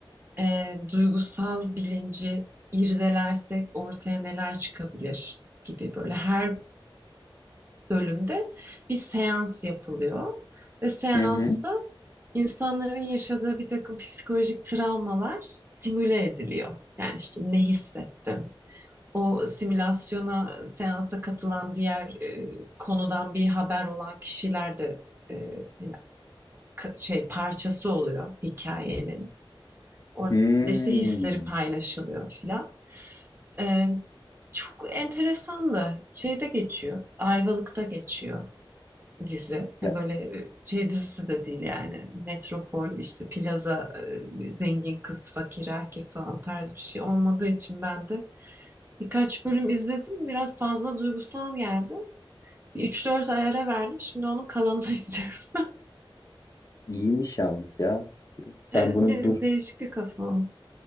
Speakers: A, on the right; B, on the left.
A: e, duygusal bilinci irdelersek ortaya neler çıkabilir gibi böyle her bölümde bir seans yapılıyor ve seansta
B: Hı hı.
A: insanların yaşadığı bir takım psikolojik travmalar simüle ediliyor. Yani işte ne hissettin? o simülasyona seansa katılan diğer e, konudan bir haber olan kişiler de e, hani şey parçası oluyor hikayenin. Orada
B: Hmm.
A: işte hisleri paylaşılıyor filan. E, çok enteresan da şeyde geçiyor. Ayvalık'ta geçiyor dizi.
B: Ya
A: Yani Böyle e, şey dizisi de değil yani. Metropol işte plaza e, zengin kız fakir erkek falan o tarz bir şey olmadığı için ben de Birkaç bölüm izledim. Biraz fazla duygusal geldi. Üç dört ay ara verdim. Şimdi onun kalanını <laughs> izliyorum.
B: iyiymiş yalnız ya. Sen
A: Evet,
B: bunu
A: de-
B: dur.
A: değişik bir kafa o.